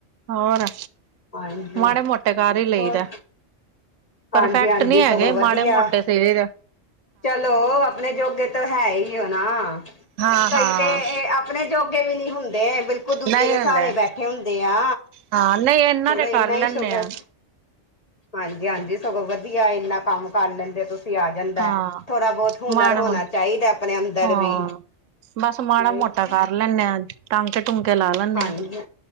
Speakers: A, on the right; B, on the left.
A: ਹੋਰ
B: ਹਾਂਜੀ
A: ਮਾੜੇ ਮੋਟੇ ਕਾਰਰ ਹੀ ਲਈਦਾ
B: ਹੋਰ
A: ਪਰਫੈਕਟ
B: ਹਾਂਜੀ ਹਾਂਜੀ
A: ਨਹੀਂ ਹੈਗੇ
B: ਸਗੋਂ ਵਧੀਆ
A: ਮਾੜੇ ਮੋਟੇ ਸੀ ਤੇ
B: ਚਲੋ ਆਪਣੇ ਜੋਗੇ ਤਾਂ ਹੈ ਹੀ ਉਹ ਨਾ
A: ਹਾਂ-ਹਾਂ
B: ਕਈ ਤੇ ਆਪਣੇ ਜੋਗੇ ਵੀ ਨੀ ਹੁੰਦੇ ਬਿਲਕੁਲ ਦੂਜੇ
A: ਨਹੀਂ
B: ਦੇ ਸਾਰੇ
A: ਹੁੰਦਾ
B: ਬੈਠੇ ਹੁੰਦੇ ਆ
A: ਹਾਂ ਨਹੀਂ ਇਹਨਾਂ
B: ਚਲੋ
A: ਦੇ
B: ਇਨਾ
A: ਕਰ ਲੈਂਦੇ
B: ਹੀ ਸ਼ੁਕਰ
A: ਆ
B: ਹਾਂਜੀ- ਹਾਂਜੀ ਸਗੋਂ ਵਧੀਆ ਕਿੰਨਾ ਕੰਮ ਕਰ ਲੈਂਦੇ ਤੁਸੀਂ ਆ ਜਾਂਦਾ।
A: ਹਾਂ
B: ਥੋੜਾ ਬਹੁਤ ਹੁਨਰ
A: ਮਾੜਾ
B: ਹੋਣਾ
A: ਮਾ,
B: ਚਾਹੀਦਾ ਆਪਣੇ ਅੰਦਰ
A: ਹਾਂ,
B: ਵੀ
A: ਬਸ ਮਾੜਾ-
B: ਉਹੀ
A: ਮੋਟਾ
B: ਤੇ
A: ਕਰ ਲੈਂਨੇ ਹਾ ਅੱਜ। <unintelligible> <inaudible> ਟੁੰਮਕੇ ਲਾ ਲੈਂਣੇ
B: ਹਾਂਜੀ
A: ਆ,